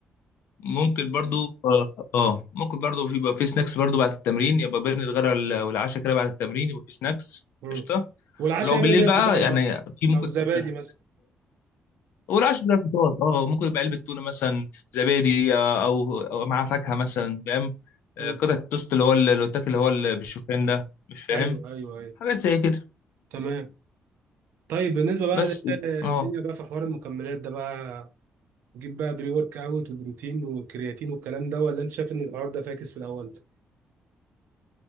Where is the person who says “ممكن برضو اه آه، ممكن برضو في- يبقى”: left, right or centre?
Left